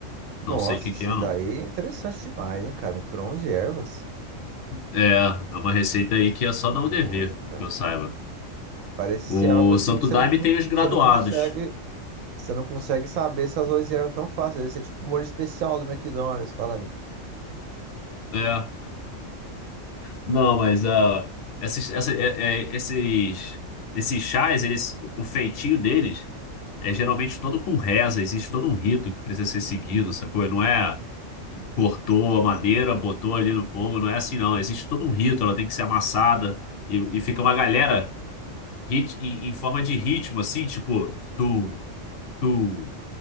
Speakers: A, on the left; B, on the right.
A: não
B: Nossa,
A: sei o que que
B: esse
A: é, não.
B: daí é interessante demais, hein, cara? Misturou 11 ervas.
A: É, é uma receita aí que é só
B: Nossa,
A: dar o dever,
B: cara.
A: que eu saiba.
B: Parece
A: O
B: ser algo assim
A: Santo
B: que você
A: Daime
B: não, não-
A: tem os graduados.
B: você não consegue, você não consegue saber se as 11 ervas tão fáceis. Deve ser tipo o molho especial do McDonald's, fala aí.
A: É, não, mas ah, esses, essa- é- é- esses, esses chás, eles, o feitinho deles É geralmente todo com reza, existe todo um rito que precisa ser seguido, sacou? Não é cortou a madeira, botou ali no fogo, não é assim não. Existe todo um rito, ela tem que ser amassada e, e fica uma galera rit, em, em forma de ritmo, assim, tipo tu, tu,